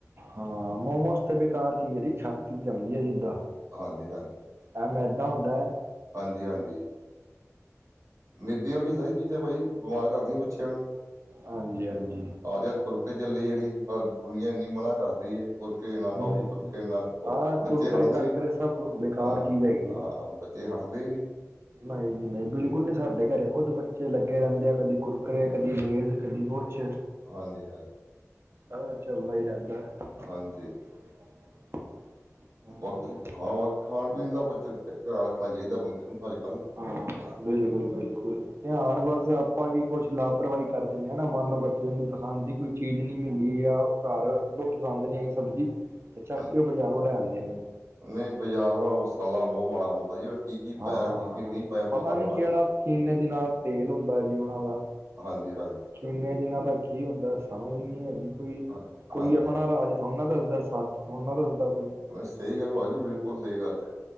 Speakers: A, on the right; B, on the right.
A: ਹਾਂ ਮੋਮੋਸ ਤੇ ਬੇਕਾਰ ਚੀਜ਼ ਹੈ ਜੀ ਛਾਤੀ ਜਮਦੀ ਹੈ ਜਿਦਾਂ।
B: ਹਾਂਜੀ-ਹਾਂਜੀ।
A: ਐ ਮੈਦਾ ਹੁੰਦੈ।
B: ਹਾਂਜੀ-ਹਾਂਜੀ। ਮੈਦੇ ਵਾਲੀ ਸਾਰਿਆਂ ਚੀਜ਼ਾਂ ਭਾਈ ਬਿਮਾਰ ਕਰਦੀਆਂ ਬੱਚਿਆ ਨੂੰ।
A: ਹਾਂਜੀ ਹਾਂਜੀ
B: ਆਹ ਜ ਕੁਰਕੇ ਚੱਲੇ ਜਿਹੜੇ ਬ ਦੁਨੀਆਂ ਇੰਨੀ ਮਨਾ ਕਰਦੀ ਏ। ਕੁਰਕਰੇ ਨਾ
A: ਹੂੰ
B: ਖਾਓ ਜੀ ਕੁਰਕਰੇ ਨਾ ਖਾਓ
A: ਆਹ
B: ਬੱਚੇ
A: ਕੁਰਕਰੇ
B: ਹਟਦੇ
A: ਕਰਕਰੇ
B: ਨਹੀਂ
A: ਸਭ ਬੇਕਾਰ
B: ਹਾਂ-ਹਾਂ
A: ਚੀਜ਼ ਹੈਗੀ ਹੈ
B: ਏ ਹਟਦੇ ਹੀ ਨਹੀਂ।
A: ਨਹੀਂ ਜੀ ਨਹੀਂ ਬਿਲਕੁਲ ਨੀ ਸਾਡੇ ਘਰੇ ਖੁੱਦ ਬੱਚੇ ਲੱਗੇ ਰਹਿੰਦੇ ਆ ਕਦੀ ਕੁਰਕਰੇ, ਕਦੀ ਲੇਜ ਕਦੀ ਕੁਛ
B: ਹਾਂਜੀ-ਹਾਂਜੀ।
A: ਆਹ ਚੱਲਦਾ ਹੀ ਰਹਿੰਦਾ।
B: ਹਾਂਜੀ
A: <inaudible> ਹਾਂ
B: ਬਾਕੀ ਹਾਂ ਬਾਕੀ ਖਾਣ ਪੀਣ ਦਾ ਬੱਚੇ ਤੇ ਧਿਆਨ ਰੱਖਣਾ ਚਾਹੀਦਾ ਬੰਦੇ ਨੂੰ ਅੱਜ-ਕੱਲ੍ਹ।
A: ਹਾਂ ਬਿਲਕੁਲ-ਬਿਲਕੁਲ ਧਿਆਨ ਬਸ ਆਪਾਂ ਵੀ ਕੁਛ ਲਾਪਰਵਾਹੀ ਕਰ ਦਿੰਦੇ ਹਾਂ ਨਾ ਮੰਨ ਲਓ ਬੱਚਿਆਂ ਦੀ ਪਸੰਦ ਦੀ ਕੋਈ ਚੀਜ਼ ਨਹੀਂ ਮਿਲੀ ਆ। ਘਰ ਪਸੰਦ ਨੀ ਆਈ ਸਬਜ਼ੀ ਤੇ ਚੱਕ
B: ਹਾਂ
A: ਕੇ ਉਹ ਬਜ਼ਾਰੋਂ ਲੈ ਆਂਦੇ ਨੇ
B: ਨਹੀਂ ਬਾਜ਼ਾਰ ਵਾਲ ਮਸਾਲਾ ਭੋਹ ਮਾੜਾ ਹੁੰਦਾ ਜੀ। ਕੀ ਕੀ
A: ਹਾਂ
B: ਪਾਇਆ ਕੀ ਕੀ ਨਹੀਂ ਪਾਇਆ
A: ਪਤਾ ਨੀ
B: ਥੋੜਾ
A: ਕਿਹੜਾ ਕਿੰਨੇ ਦਿਨਾਂ ਦਾ ਤੇਲ ਹੁੰਦਾ ਜੀ ਉਹਨਾਂ ਦਾ।
B: ਹਾਂਜੀ-ਹਾਂਜੀ
A: ਕਿੰਨੇ ਦਿਨਾਂ ਦਾ ਕੀ ਹੁੰਦਾ ਸਮਝ ਹੀ ਨਹੀਂ ਹੈਗੀ ਕੋਈ
B: ਹਾਂ-
A: ਕੋਈ
B: ਹਾਂਜੀ
A: ਆਪਣਾ ਰਾਜ ਹੁਣ ਨਾ ਦੱਸਦਾ ਸੱਚ ਹੁਣ ਨਾ ਦੱਸਦਾ ਕੋਈ
B: ਵੈਸੇ ਸਹੀ ਗੱਲ ਭਾਜੀ ਬਿਲਕੁ ਸਹੀ ਗੱਲ ਹੈ।